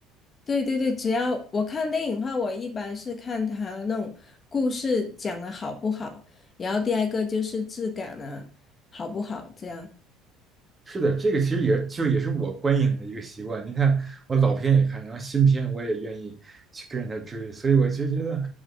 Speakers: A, on the left (about 30°); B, on the right (about 25°).
A: 对对对，只要我看电影的话，我一般是看它那种故事讲的好不好，然后第二个就是质感啊，好不好？这样，
B: 是的，这个其实也就也是我观影的一个习惯。您看，我老片也看，然后新片我也愿意去跟着他追，所以我就觉得